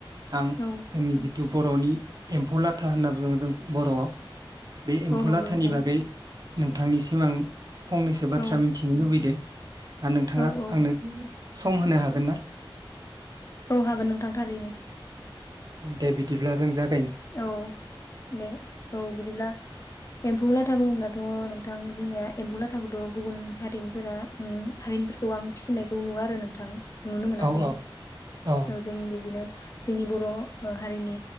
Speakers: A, on the right; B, on the left.
A: आं
B: औ
A: जोंनि जितु बर'नि एम्फौ लाथा होनना बुङो जों बर'आव बे एम्फु
B: औ नंगौ
A: लाथानि
B: नोंथां
A: बागै नोंथांनिसिम आं फंनैसो बाथ्रा
B: औ
A: मिथिनो लुबैदो आ नोंथाङा
B: औ औ
A: आंनो सम होनो हागोन ना?
B: औ हागोन नोंथां थारैनो।
A: दे बिदिब्ला रों दा
B: औ दे औ बिदिब्ला एम्फौ लाथा बुङोब्लाथ' नोंथां जोंनिया एम्बु लाथाखौथ' गुबुन हारिनिफोरा उम हारिनिफोरखौ आं फिसिनायखौ नुवा आरो नोंथां । नुनो मोनाखै
A: औ औ
B: ।
A: औ
B: औजों बिदिनो जोंनि बर' ओ हारिनि